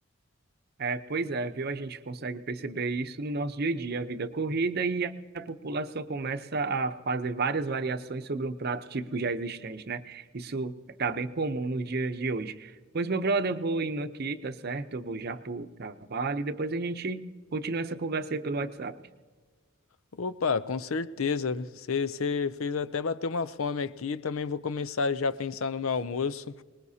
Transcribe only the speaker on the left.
Opa, com certeza. Você fez até bater uma fome aqui. Também vou começar já a pensar no meu almoço.